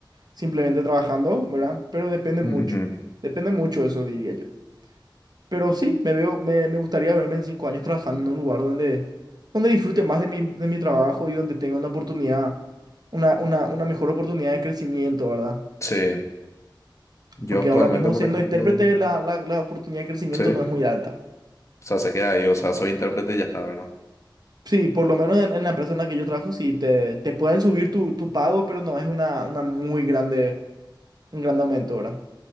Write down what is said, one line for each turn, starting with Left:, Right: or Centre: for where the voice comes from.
Right: simplemente trabajando, ¿verdad? Pero depende mucho,
Left: ujú,
Right: depende mucho eso, diría yo. Pero sí, me veo, me, me gustaría verme en cinco años trabajando en un lugar donde, donde disfrute más de mi, de mi trabajo y donde tenga una oportunidad, una, una, una mejor oportunidad de crecimiento, ¿verdad?
Left: Sí. Yo
Right: Porque
Left: actualmente,
Right: ahora mismo
Left: por
Right: siendo
Left: ejemplo,
Right: intérprete la, la, la oportunidad de crecimiento
Left: sí.
Right: no es muy alta.
Left: O sea, se queda ahí, o sea, soy intérprete y ya está, ¿verdad?
Right: Sí, por lo menos en, en la empresa en la que yo trabajo, sí, te, te pueden subir tu, tu pago, pero no es una, una muy grande, un gran aumento, ¿verdad?